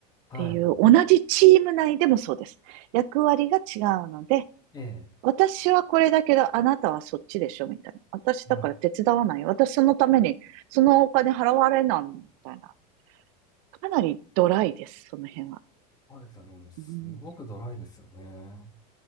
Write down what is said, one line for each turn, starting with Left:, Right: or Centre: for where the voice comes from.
Left: はい。
Right: ていう、同じチーム内でもそうです。役割が違うので、
Left: ええ、
Right: 私はこれだけど、あなたはそっちでしょみたいな。私だから手伝わないよ。
Left: はい。
Right: 私そのために、そのお金払われないみたいな。かなりドライです、その辺は。
Left: そうですよね。すごくドライですよね。
Right: うん、